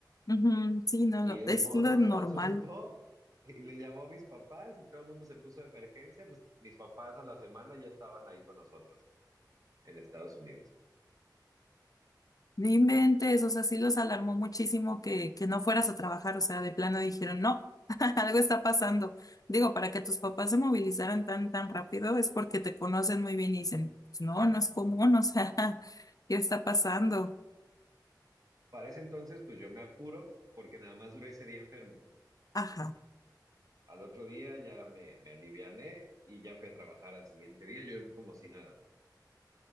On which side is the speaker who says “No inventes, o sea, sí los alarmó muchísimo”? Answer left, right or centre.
Left